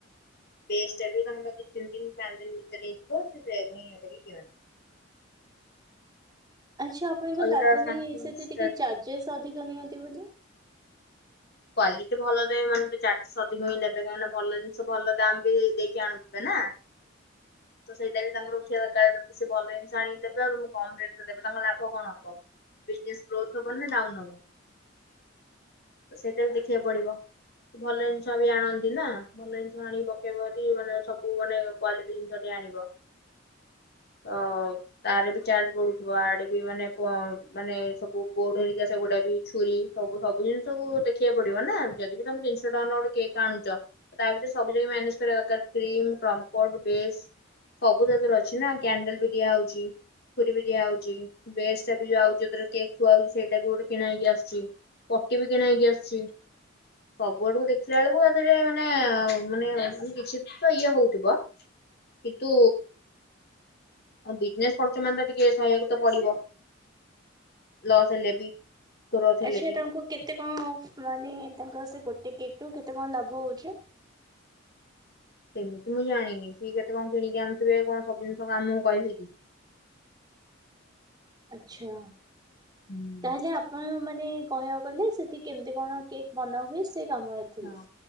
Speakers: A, on the left (about 55°); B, on the right (about 20°).
A: ବେଷ୍ଟ ଟା ବି ତାଙ୍କର ଦି ତିନିଦିନ ଚାରିଦିନ, ଭିତରେ ହେଇଥିବ ସେ ବ ଇଏ କରି ଦିଅନ୍ତି।
B: ଆଚ୍ଛା ଆପଣଙ୍କୁ
A: ଆଉ
B: ଲାଗୁନି
A: ଏଇଟା ସାଙ୍ଗେ ସାଙ୍ଗେ
B: ସେଠି
A: ଇନଷ୍ଟାଣ୍ଟ
B: ଟିକେ ଚାର୍ଜେସ୍ ଅଧିକ ନିଅନ୍ତି ବୋଲି।
A: କ୍ୱଵାଲିଟି ଭଲ ଦେହ ମାନେ ତ ଚାରିଶହ ଅଧିକ ହିଁ ନେବେ କାହିଁକିନା ଭଲ ଜିନିଷ ଭଲ ଦାାମ ବି ଦେଇକି ଆଣୁଥିବେ ନା। ତ ସେଇଟା ବି ତାଙ୍କର ଉଝିବା ଦରକାର ଯଦି ସେ ଭଲ ଜିନିଷ ଆଣିଦେବେ ଆଉ ମୁଁ କମ୍ ରେଟ ରେ ଦେବି ତାଙ୍କର ଲାଭ କଣ ହବ। ବିଜ୍‌ନେସ୍ ଗ୍ରୋଥ ହଵନା ଡାଉନ୍ ହବ ତ ସେଇଟା ବି ଦେଖିବାକୁ ପଡ଼ିବ। ଭଲ ଜିନିଷ ବି ଆଣନ୍ତି ନା ଭଲ ଜିନିଷ ଆଣିକି ପକେଇବ ଯଦି ମାନେ ସବୁ ମାନେ କ୍ୱାଲିଟୀ ଯଦି ଆଣିବ ତ ତାର ବି ଚାର୍ଜ ବଢୁଥିବ ଆଡେ ବି ମାନେ ପ ମାନେ ସବୁ ବୋଡ଼ ହେରିକି ସେଗୁଡା ବି ଛୁରୀ ସବୁ ସବୁ ଜିନିଷୁକ ଦେଖିବାକୁ ପଡ଼ିବ ନା ଯଦି ବି ତମେ ତିନିଶ ଟଙ୍କାର ଗୋଟେ କେକ୍ ଆଣୁଚ ତା ଭିତରେ ସବୁ ଜଦି ମ୍ୟାନେଜ କରିବା ଦରକାର୍ କ୍ରିମ, କମ୍ପଟ, ବେଶ୍ ସବୁ ଜାତିର ଅଛି ନା କ୍ୟାଣ୍ଡେଲ ବି ଦିଆ ହଉଚି। ଛୁରୀ ବି ଦିଆ ହଉଚି ବେଶ୍ ଟା ବି ଯାଉଚି ଯୋଉଥିରେ କେକ୍ ଥୁଆ ହଉଚି ସେଇଟା ବି ଗୋଟେ କିଣା ହେଇକି ଆସୁଚି। ପଟି ବି କିଣା ହେଇକି ଆସିଚି। ସବୁ ଆଡ଼କୁ ଦେଖିଲା ବେଳକୁ ଆଦରେ ମାନେ ମାନେ ମାନେ କିଛି ତ ଇଏ ହଉଥିବ। କିନ୍ତୁ ଆଉ ବିଜନେସ୍ କରୁଚେ ମାନେ ତ ଟିକେ ସହିବାକୁ ତ ପଡ଼ିବ ଲସ୍ ହେଲେ ବି। ଗ୍ରୋଥ ହେଲେ
B: ଆଚ୍ଛା
A: ବି
B: ତାଙ୍କୁ କେତେ କଣ ମାନେ ତାଙ୍କର ସେ ଗୋଟେ କେକ୍ ରୁ କେତେ କଣ ଲାଭ ହଉଚି।
A: ସେମିତି ମୁଁ ଜାଣିନି ସିଏ କେତେ କଣ କିଣିକି ଆଣୁଥିବେ କଣ ସବୁି ଜିନିଷ ଆମକୁ କହିବେକି।
B: ଆଚ୍ଛା।
A: ହୁଁ।
B: ତାହେଲେ ଆପଣ ମାନେ କହିବାକୁ ଗଲେ ସେଠି କେମିତି କଣ କେକ୍ ବନାହୁଏ ସେ କାମ ଥିଲେ
A: ହଁ